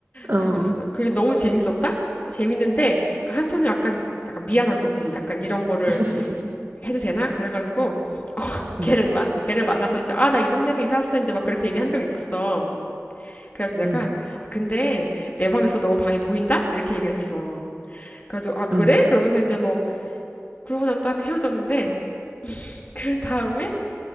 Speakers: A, on the right (about 50°); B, on the left (about 35°).
A: 어.
B: 그래가지고 나- 그게 너무 재밌었다? 재밌는데 그러니까 한편으로 약간 약간 미안한 거지. 약간 이런 거를
A: <laughs>
B: 해도 되나? 그래가지고 <laughs> 걔를
A: 응,
B: 만 걔를 만나서 이제 아, 나 이 동네로 이사 왔어. 이제 막 그렇게 얘기한 적이 있었어. 그래가지고 내가
A: 응,
B: 아 근데 내 방에서 너 방이 보인다? 이렇게 얘기를 했어. 그래가지고 아 그래?
A: 응,
B: 그러면서 이제 뭐 그러고 난 다음에 헤어졌는데 <laughs> 그 다음에